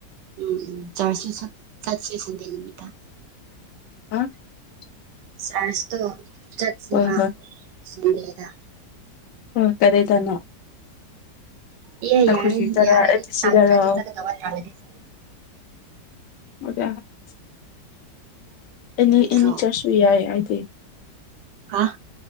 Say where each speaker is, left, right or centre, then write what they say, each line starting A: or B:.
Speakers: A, on the right (about 80°); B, on the left (about 55°).
A: ꯎꯝ ꯎꯝ ꯆꯥꯔ꯭ꯁꯁꯨ ꯆꯥꯠꯁꯦ ꯁꯥꯟꯗꯦ ꯅꯨꯃꯤꯠꯇ꯫
B: <unintelligible>
A: ꯆꯥꯔ꯭ꯁ ꯇꯣ ꯆꯠꯁꯦꯕ
B: ꯍꯣꯏ ꯍꯣꯏ
A: ꯁꯥꯟꯗꯦꯗ꯫
B: ꯑꯣ ꯀꯗꯥꯏꯗꯅꯣ꯫
A: ꯏꯌꯥ
B: ꯑꯩꯈꯣꯏꯒꯤ
A: ꯌꯥꯏ
B: ꯇꯔꯥ
A: ꯌꯥꯔ
B: ꯑꯦ ꯕꯤ ꯁꯤꯗꯔꯣ
A: ꯇꯟꯗꯔ꯭ꯗꯤ ꯆꯥꯠꯀꯗꯧꯕ ꯇꯟꯂꯥꯗꯤ ꯆꯠꯂꯣꯏ
B: <unintelligible> ꯑꯦꯅꯤ
A: ꯅꯠꯇ꯭ꯔꯣ
B: ꯑꯦꯅꯤ ꯆꯔꯁ ꯁꯨ ꯌꯥꯏ ꯑꯩꯗꯤ
A: ꯑꯥ